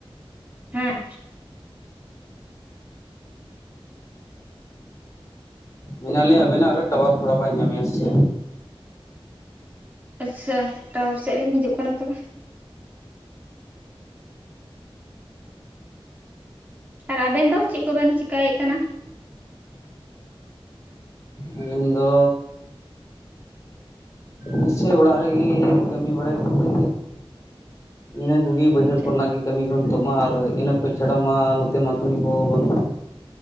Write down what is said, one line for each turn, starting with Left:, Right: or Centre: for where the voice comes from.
Right: ᱦᱮᱸ
Left: ᱢᱮᱱᱟᱞᱤᱧ ᱟᱵᱮᱱᱟᱜ ᱨᱮ ᱴᱟᱣᱟᱨ ᱛᱷᱚᱲᱟ ᱵᱟᱹᱧ ᱧᱟᱢᱮᱜ-ᱟ ᱥᱮ
Right: ᱟᱪᱪᱷᱟ ᱴᱟᱣᱟᱨ ᱥᱮᱜ ᱞᱤᱧ ᱦᱤᱡᱩᱜ ᱠᱟᱱᱟ ᱛᱚᱵᱮ ᱟᱨ ᱟᱵᱮᱱ ᱫᱚ ᱪᱮᱜ ᱠᱚᱵᱮᱱ ᱪᱮᱠᱟᱹᱭᱮᱫ ᱠᱟᱱᱟ?
Left: ᱟᱹᱞᱤᱧ ᱫᱚᱻ ᱱᱮᱥᱮ ᱚᱲᱟᱜ ᱨᱤᱜᱤ ᱠᱟᱹᱢᱤ ᱵᱟᱲᱟᱭᱠᱚᱛᱮ ᱤᱱᱟᱹ ᱠᱚᱜᱮ ᱵᱟᱹᱭᱦᱟᱹᱲ
Right: ᱟᱪᱪᱷᱟ
Left: ᱠᱚᱨᱮᱱᱟᱜ ᱜᱮ ᱠᱟᱹᱢᱤ ᱠᱚ ᱱᱤᱛᱚᱜ ᱢᱟ ᱟᱨ ᱤᱱᱟᱹ ᱠᱷᱚᱡ ᱪᱷᱟᱰᱟ ᱢᱟ ᱱᱚᱛᱮ ᱢᱟ ᱠᱟᱹᱢᱤ ᱠᱚ ᱵᱟᱹᱱᱩᱜᱼᱟ